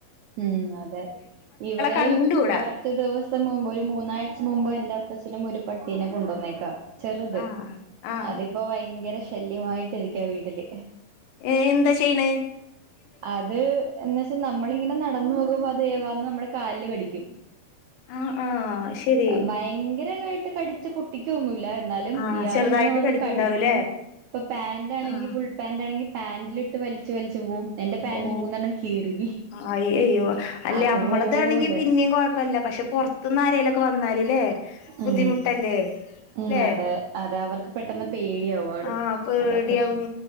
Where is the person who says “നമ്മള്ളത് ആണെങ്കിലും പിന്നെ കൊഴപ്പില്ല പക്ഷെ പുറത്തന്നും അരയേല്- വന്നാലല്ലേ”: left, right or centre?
Left